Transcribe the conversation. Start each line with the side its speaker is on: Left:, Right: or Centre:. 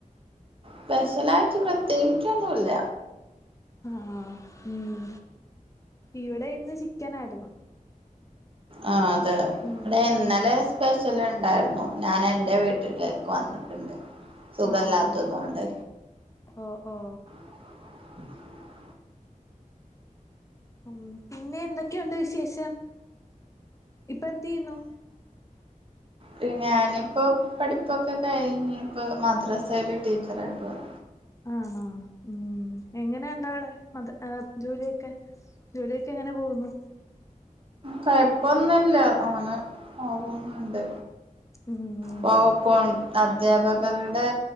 Right: സ്പെഷലായിട്ട് പ്രത്യേകിച്ചൊന്നുല്ല
Left: അ ആ ഉം ഇവിടെ ഇന്ന് ചിക്കനായിരുന്നു
Right: ആ ദാ
Left: ഉം
Right: ഇവിടെ ഇന്നലെ
Left: ഉം
Right: സ്പെഷ്യൽ ഉണ്ടായിരുന്നു ഞാൻ എന്റെ വീട്ടില പ്പം വന്ന് ണ്ട് സുഖല്ലാത്തതോണ്ട്
Left: ആണോ ഓ ഓ
Right: <inaudible>
Left: ഉം പിന്നെ എന്തൊക്കെയുണ്ട് വിശേഷം ഇപ്പൊ എന്തെയ്യുന്നു
Right: പിന്നെ ഞാനിപ്പോ പഠിപ്പൊക്കെ കഴിഞ് ഇപ്പോ മദ്രസയില് ടീച്ചറായിട്ട് വർ
Left: ആണോ ഉം എങ്ങനെ ഉണ്ടവിടെ മത ജോലിയൊക്കെ ജോലിയൊക്കെ എങ്ങനെ പോകുന്നു
Right: കോഴപ്പൊന്നുല്ല അങ്ങനെ പോകുന്നുണ്ട്
Left: ഉം
Right: പോവാക്കോൺ അദ്ധ്യാപകരുടെ